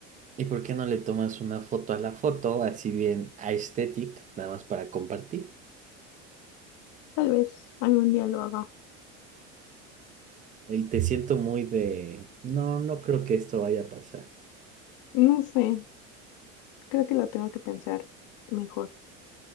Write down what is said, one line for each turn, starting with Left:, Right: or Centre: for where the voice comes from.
Right: ¿Y por qué no le tomas una foto a la foto, así bien aesthetic, nada más para compartir?
Left: Tal vez algún día lo haga.
Right: Y te siento muy de, no, no creo que esto vaya a pasar.
Left: No sé, creo que lo tengo que pensar mejor